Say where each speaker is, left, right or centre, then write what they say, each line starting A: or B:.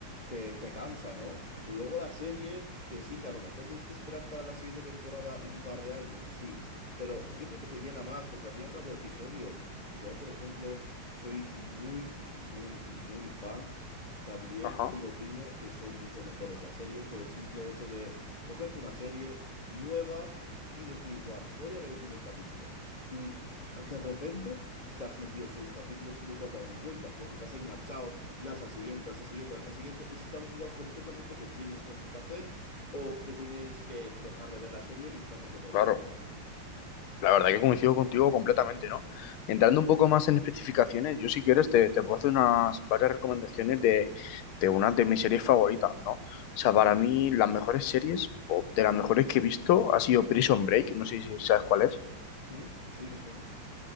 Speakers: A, on the left (about 65°); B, on the left (about 80°).
A: te, te cansa, ¿no? Pero luego la serie, que sí, que a lo mejor tienes que esperar para la siguiente temporada un par de años, sí. Pero yo creo que te llena más, porque al fin y al cabo episodios, yo por ejemplo soy muy, muy, muy fan también
B: Ajá,
A: y opino que son mucho mejores las series por el simple hecho de cogerte una serie nueva y decir, Buah, voy a ver el primer capítulo. Y de repente te has metido seis capítulos y no te has dado ni cuenta, porque te has enganchado, las a siguiente, las a siguiente, las a siguiente, y se te ha olvidado completamente que tienes cosas que hacer o que tienes que dejar de ver la serie y se te ha pasado toda
B: claro.
A: la tarde.
B: La verdad que coincido contigo completamente, ¿no? Entrando un poco más en especificaciones, yo si quieres te, te puedo hacer unas varias recomendaciones de, de unas de mis series favoritas, ¿no? O sea, para mí las mejores series o de las mejores que he visto ha sido Prison Break, no sé si sabes cuál es.
A: Mm, Sí, me suena.